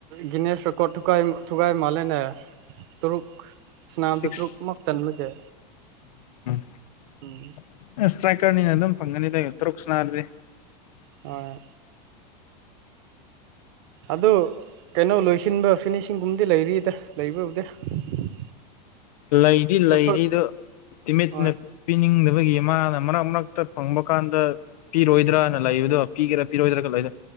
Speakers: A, on the right; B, on the left.
A: ꯒꯤꯅꯦꯁ ꯔꯦꯀꯣꯠ ꯊꯨꯥꯀꯥꯏ ꯊꯨꯒꯥꯏ ꯃꯥꯜꯂꯦꯅꯦ ꯇꯔꯨꯛ ꯁꯅꯥꯝꯗ
B: ꯁꯤꯛꯁ
A: ꯇ꯭ꯔꯨꯛꯃꯛ ꯆꯟꯕꯒꯤ
B: ꯑꯁ
A: ꯎꯝ
B: ꯁꯇ꯭ꯔꯥꯏꯀꯔꯅꯤꯅ ꯑꯗꯨꯝ ꯐꯪꯒꯅꯤꯗ ꯇꯔꯨꯛ ꯁꯅꯥꯔꯗꯤ
A: ꯑ ꯑꯗꯨ ꯀꯩꯅꯣ ꯂꯣꯏꯁꯤꯟꯕ ꯐꯤꯅꯤꯁꯤꯡꯒꯨꯝꯕꯗꯤ ꯂꯩꯔꯤꯗ ꯂꯩꯕꯕꯨꯗꯤ <unintelligible>
B: ꯂꯩꯗꯤ
A: ꯁꯨꯛꯁꯣꯏ
B: ꯂꯩꯔꯤꯗꯣ ꯇꯤꯃꯦꯠꯅ
A: ꯍꯣꯏ
B: ꯄꯤꯅꯤꯡꯗꯕꯒꯤ ꯃꯥꯅ ꯃꯔꯛ ꯃꯔꯛꯇ ꯐꯪꯕ ꯀꯥꯟꯗ ꯄꯤꯔꯣꯏꯗ꯭ꯔꯥꯅ ꯂꯩꯕꯗꯣ ꯄꯤꯒꯦꯔꯥ ꯄꯤꯔꯣꯏꯗ꯭ꯔꯥ ꯂꯩꯔꯦ